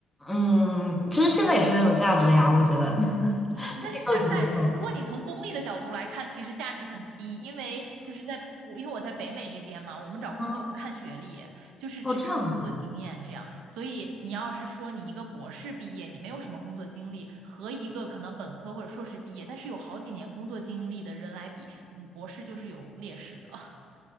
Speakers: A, in the centre; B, on the right (about 80°).
A: 嗯，其实现在也是很有价值的呀，我觉得，<laughs>
B: 嗯，但是现在如果你从功利的角度来看，
A: 毕竟都已经过了。
B: 其实价值很低，因为就是在我因为我在北美这边嘛，我们找工作不看学历，
A: 嗯，
B: 就是只看工作经验这样。
A: 哦，这样的。
B: 所以你要是说你一个博士毕业，你没有什么工作经历，和一个可能本科或者硕士毕业，但是有好几年工作经历的人来比，嗯，博士就是有劣势的。<laughs>